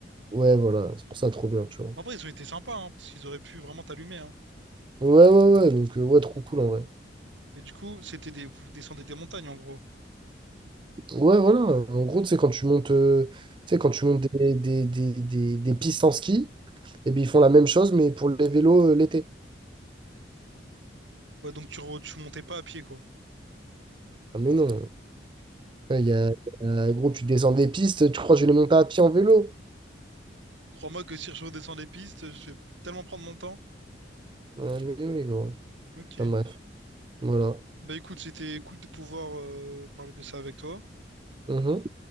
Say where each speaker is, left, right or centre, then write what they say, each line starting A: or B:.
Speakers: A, on the right; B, on the right.
A: Ouais, voilà, c'est pour ça, trop bien, tu vois.
B: En vrai, ils ont été sympas, hein, parce qu'ils auraient pu vraiment t'allumer, hein.
A: Ouais, ouais, ouais, donc, euh, ouais, trop cool, en vrai.
B: Et du coup, c'était des, vous descendez des montagnes, en gros.
A: Ouais, voilà. En gros, tu sais, quand tu montes, euh, tu sais, quand tu montes des, des, des, des, des pistes en ski, et bien, ils font la même chose, mais pour les vélos euh, l'été.
B: Ouais, donc tu, re- tu montais pas à pied, quoi.
A: Ah, mais non. euh, il y a, euh, gros, tu descends des pistes, tu crois que je vais les monter à pied en vélo?
B: Crois-moi que si je redescends les pistes, je vais tellement prendre mon temps.
A: Ah, mais oui, gros.
B: Ok.
A: Enfin, bref, voilà.
B: Bah écoute, c'était cool de pouvoir euh, parler de ça avec toi.
A: Mhm.